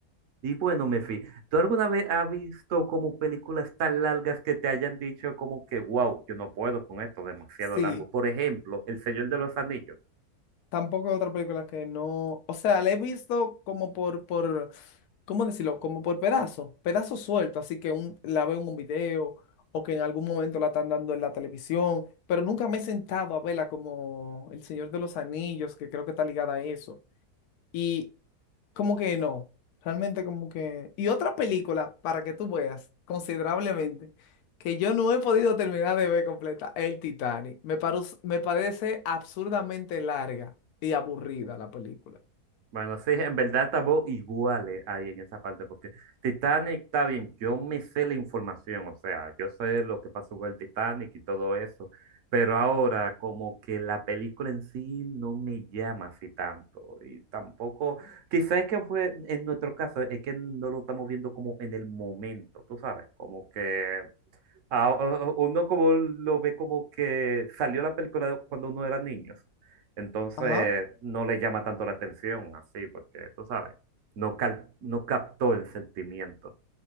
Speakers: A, on the right; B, on the left.
A: Y bueno, Mefi, ¿tú alguna vez has visto como películas tan largas que te hayan dicho como que, wow, yo no puedo con esto, demasiado
B: Sí,
A: largo? Por ejemplo, El Señor de los Anillos.
B: Tampoco otra película que no. O sea, la he visto como por, por, ¿cómo decirlo? Como por pedazos, pedazos sueltos. Así que un, la veo en un video o que en algún momento la están dando en la televisión, pero nunca me he sentado a verla como El Señor de los Anillos, que creo que está ligada a eso. y como que no, realmente como que... Y otra película, para que tú veas considerablemente, que yo no he podido terminar de ver completa, el Titanic. Me parus- me parece absurdamente larga y aburrida la película.
A: Bueno, sí, en verdad estamos iguales ahí en esa parte, porque Titanic está bien, yo me sé la información, o sea, yo sé lo que pasó con el Titanic y todo eso, pero ahora como que la película en sí no me llama así tanto, y tampoco, quizás es que fue en nuestro caso, es que no lo estamos viendo como en el momento, tú sabes, como que Ah, o- o- uno como lo ve como que salió la película cuando uno era niño. Entonces
B: Ajá.
A: no le llama tanto la atención así, porque tú sabes, no, cal- no captó el sentimiento.